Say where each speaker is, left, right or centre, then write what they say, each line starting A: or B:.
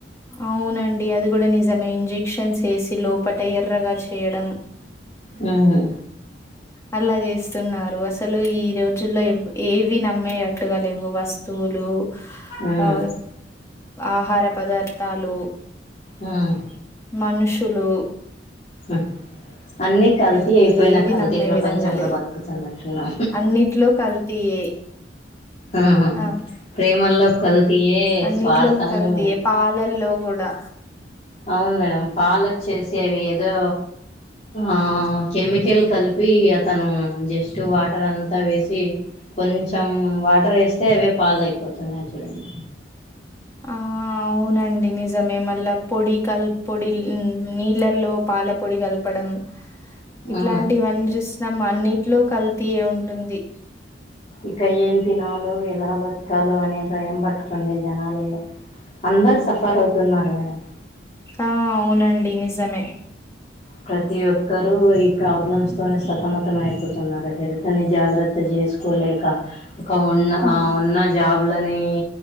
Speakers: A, on the left; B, on the left.
A: అవునండి అది కూడా నిజమే ఇంజెక్షన్స్ ఎసి లోపట ఎర్రగా చేయడం
B: ఉమ్
A: అలా చేస్తున్నారు అసలు ఈ రోజుల్లో ఏవి నమ్మేటట్టుగా లేవు వస్తు స్తువులు
B: ఉమ్
A: అ ఆహార పదార్థాలు
B: ఉమ్
A: మనుషులు
B: ఉమ్ అన్ని కల్తీ
A: ఇవి
B: అయిపోయినా
A: ఏవి
B: కల్తీ
A: నమ్మే
B: ప్రపంచంలో
A: విధంగా లేవు
B: బతుకుతున్నట్టున్నా
A: అన్నిట్లో కల్తీయే
B: ఉ
A: ఆ
B: ప్రేమల్లో కల్తీయే
A: అన్నిట్లో
B: స్వార్థము
A: కల్తీయే పాలల్లో కూడా
B: అవును మేడం పాలచ్చేసేవి ఏదో ఆ కెమికల్ కలిపి అతను జస్ట్ వాటర్ అంతా వేసి కొంచెం వాటర్ వేస్తే అవే పాలయిపోతున్నాయి చూడండి
A: ఆ అవునండి నిజమే మల్ళ పొడి కల్ పొడి నీళ్ళలో పాల పొడి కలపడం ఇట్లాంటివన్నీ
B: ఆ
A: చూస్తున్నాము అన్నిట్లో కల్తీయే ఉంటుంది
B: ఇక ఏం తినాలో ఎలా బతకాలో అనే భయం పట్టుకుంది జనాలలో అందరు సఫర్ అవుతున్నారు మేడం
A: ఆ అవునండి నిజమే
B: ప్రతి ఒక్కరు ఈ ప్రాబ్లమ్స్ తోనే సతమతం అయిపోతున్నారు హెల్త్ని జాగ్రత్త చేసుకోలేక ఒక ఉన్న
A: ఆ
B: ఉన్న జాబ్ ని